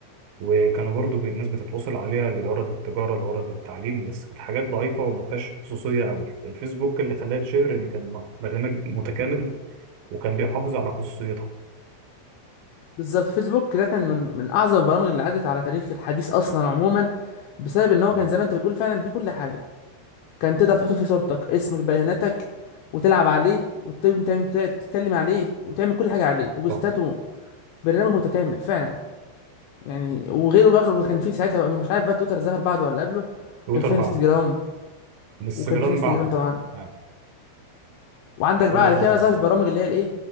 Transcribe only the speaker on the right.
وكانوا برضو بي- الناس بتتواصل عليها لغرض التجارة لغرض التعليم بس كانت حاجات ضعيفة وما فيهاش خصوصية قوي الفيسبوك اللي خلاها تشهر إن كان م- برنامج متكامل وكان بيحافظ على خصوصيتك
تمام.
صح
تويتر
بعده
انستجرام
بعده
تمام
كل
ده
ظهر
بعده